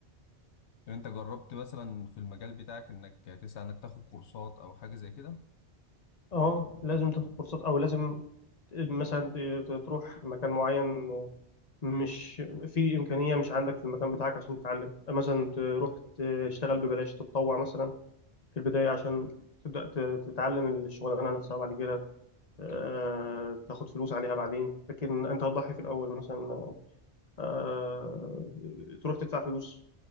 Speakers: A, on the left (about 75°); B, on the left (about 35°).
A: لو انت جربت مثلا في المجال بتاعك انك تسعى انك تاخد كورسات او حاجه زي كده
B: اه لازم تاخد كورسات او لازم مثلا ت- ت- تروح مكان معين مش في امكانيه مش عندك في المكان بتاعك عشان تتعلم مثلا تروح تشتغل ببلاش تتطوع مثلا في البدايه عشان تبدا ت- تتعلم الشغلانه نفسها وبعد كده آه، تاخد فلوس عليها بعدين لكن انت هتضحي في الاول مثلا آه، تروح تدفع فلوس